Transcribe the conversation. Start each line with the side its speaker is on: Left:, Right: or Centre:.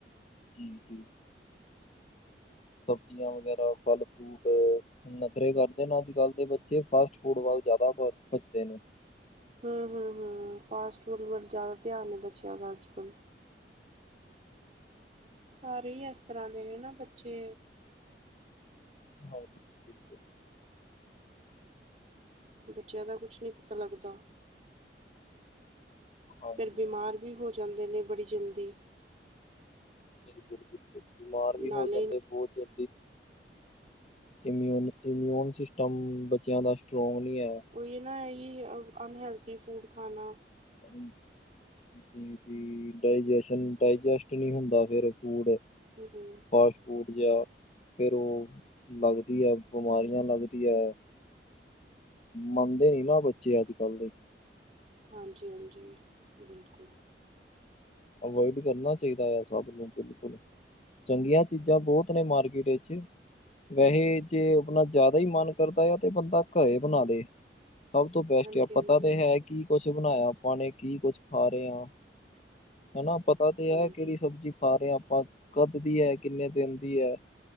Left: ਜੀ ਜੀ ਸਬਜ਼ੀਆਂ ਵਗੈਰਾ ਫਲ ਫੂ ਫ ਨਖਰੇ ਕਰਦੇ ਨੇ ਅੱਜ ਕੱਲ ਦੇ ਬੱਚੇ ਫਾਸਟ ਫੂਡ ਵੱਲ ਜ਼ਿਆਦਾ ਭੱਜਦੇ ਨੇ
Right: ਹਮ ਹਮ ਹਮ ਫਾਸਟ ਫੂਡ ਵੱਲ ਜ਼ਿਆਦਾ ਧਿਆਨ ਬੱਚਿਆਂ ਦਾ ਅੱਜ ਕੱਲ੍ਹ ਸਾਰੇ ਹੀ ਇਸ ਤਰ੍ਹਾਂ ਦੇ ਨੇ ਨਾ ਬੱਚੇ
Left: ਹਾਂ ਜੀ ਬਿਲਕੁਲ
Right: ਬੱਚਿਆਂ ਦਾ ਕੁਛ ਨਹੀਂ ਪਤਾ ਲੱਗਦਾ।
Left: ਹਾਂਜੀ
Right: ਫਿਰ ਬਿਮਾਰ ਵੀ ਹੋ ਜਾਂਦੇ ਨੇ ਬੜੀ ਜਲਦੀ।
Left: ਬਿਲਕੁਲ ਬਿਲਕੁਲ ਬਿਮਾਰ ਵੀ
Right: ਨਾਲੇ
Left: ਹੋ ਜਾਂਦੇ ਬਹੁਤ ਇਮਿਊਨ ਇਮਿਊਨ ਸਿਸਟਮ ਬੱਚਿਆਂ ਦਾ ਸਟਰੋਂਗ ਨਹੀਂ ਹੈ।
Right: ਉਹੀ ਨਾ ਹੈ। ਅਨਹਲਥੀ ਫੂਡ ਖਾਣਾ।
Left: <unintelligible> ਡ ਡਜਸਟ ਨਹੀਂ ਹੁੰਦਾ ਫਿਰ ਫੂਡ
Right: ਹਮ।
Left: ਫਾਸਟ ਫੂਡ ਜ ਫਿਰ ਉਹ ਲੱਗਦੀ ਹੈ। ਬਿਮਾਰੀਆਂ ਲੱਗਦੀ ਹੈ। ਮੰਨਦੇ ਨੀ ਨਾ ਬੱਚੇ ਅੱਜ, ਕੱਲ ਦੇ।
Right: ਹਾਂਜੀ, ਹਾਂਜੀ ਬਿਲਕੁਲ
Left: ਅਵੋਇਡ ਕਰਨਾ ਚਾਹੀਦਾ ਆ ਸਭ ਨੂੰ ਬਿਲਕੁਲ ਚੰਗੀਆਂ ਚੀਜ਼ਾਂ ਬਹੁਤ ਨੇ ਮਾਰਕੀਟ ਵਿਚ। ਵੈਸੇ ਜੇ ਆਪਣਾ ਜ਼ਿਆਦਾ ਹੀ ਮਨ ਕਰਦਾ ਆ ਤੇ ਬੰਦਾ ਘਰੇ ਬਣਾ ਦੇ। ਸਭ ਤੋਂ ਬੈਸਟ
Right: ਹਾਂਜੀ
Left: ਆ ਪਤਾ
Right: ਹਾਂਜੀ
Left: ਤੇ ਹੈ ਕੀ ਕੁਛ ਬਣਾਇਆ ਆਪਾਂ ਨੇ ਕੀ ਕੁੱਝ ਖਾ ਰਹੇ ਹ। ਹਨਾ ਪਤਾ ਤੇ ਹੈਮ
Right: ਹਾਂਜੀ
Left: ਕਿਹੜੀ ਸਬਜ਼ੀ ਖਾ ਰਹੇ ਹਾਂ ਆਪਾਂ ਕਦ ਦੀ ਹੈ ਕਿੰਨੇ ਦਿਨ ਦੀ ਹੈ।